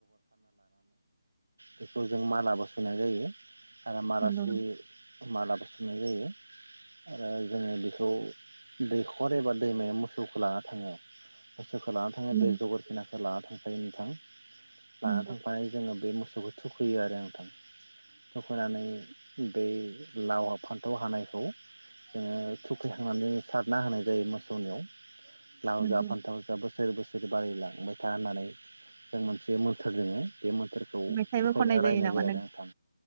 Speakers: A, on the right; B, on the right.
A: बेखौ जों मालाबो सुनाय जायो। आरो मारासि
B: नंगौ
A: मालाबो सुननाय जायो आरो जोङो बेखौ दैखर एबा दैमायाव मोसौखौ लाना थाङो खौ लानानै
B: नंगौ
A: थाङो बेे जबोर गोनां ला थांखायो नोंथां लाना
B: नंगौ
A: थांफानाय जोङो बे जोबोद थुखैयो आरो नोंथां थुखैनानै बै लाव फान्थाव हानायखौ जोङो थुखैखांनानै सारना होनाय जायो मोसौनियाव लाव
B: नंगौ
A: जा फान्थाव जा बोसोर बोसोर बिदिनो बारायलांहोबाय था होननानै जों मोनसे मोन्थोर दोङो बे मोथोरखौ
B: मेथाइबो
A: बिदिनो
B: खननाय
A: रायनाय
B: नामा
A: जायो नोंथां